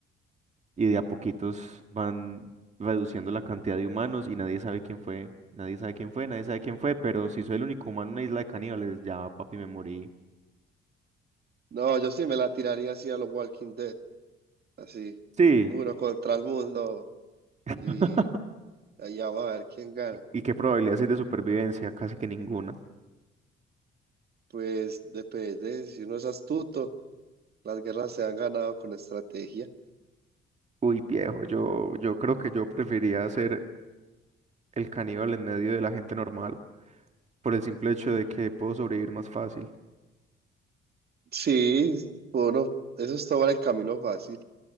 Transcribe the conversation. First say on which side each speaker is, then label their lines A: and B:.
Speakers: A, on the right (about 35°); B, on the right (about 55°).
A: y de a poquitos van reduciendo la cantidad de humanos y nadie sabe quién fue, nadie sabe quién fue, nadie sabe quién fue, pero si soy el único humano en una isla de caníbales, ya papi me morí.
B: No, yo sí me la tiraría así a los Walking Dead, así,
A: Sí.
B: uno contra el mundo
A: <laughs>
B: y allá vamos a ver quién gana.
A: ¿Y qué probabilidades hay de supervivencia? Casi que ninguna.
B: Pues depende, si uno es astuto, las guerras se han ganado con estrategia.
A: Uy, viejo, yo, yo creo que yo preferiría ser el caníbal en medio de la gente normal, por el simple hecho de que puedo sobrevivir más fácil.
B: Sí, bueno, eso es tomar el camino fácil,